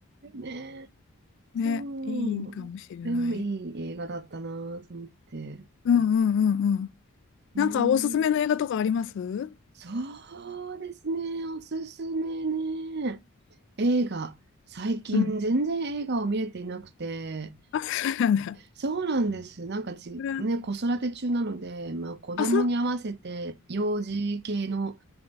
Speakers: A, on the right; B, on the left.
A: ね。そう。
B: ね、いいかもしれない。
A: でもいい映画だったなと思って。
B: うんうんうんうん。なんかおすすめの映画とかありますう
A: ええそうですね、おすすめね。映画、最近全然映画を見れていなくて、
B: ん。あ、そうなんだ。
A: そうなんです。なんかち、
B: うん
A: ね、子育て中なので、まあ、子供に合わせて幼児系の、
B: あ、そう、